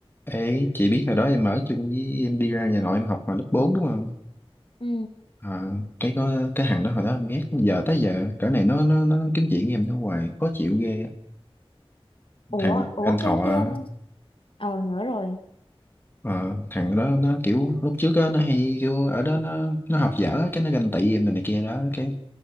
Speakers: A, on the left (about 20°); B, on the left (about 60°).
A: Ê, chị biết hồi đó em ở chung với em đi ra nhà nội em học hồi lớp 4 đúng không?
B: ừ
A: À, cái có cái thằng đó hồi đó em ghét giờ tới giờ cỡ này nó nó nó kiếm chuyện với em nó hoài khó chịu ghê
B: ủa
A: thằng
B: ủa
A: anh
B: cái
A: họ
B: cái um, ờ nhớ rồi
A: ờ, thằng đó nó kiểu lúc trước á, nó hay kiểu ở đó nó nó học dở cái nó ganh tị em này, này kia đó cái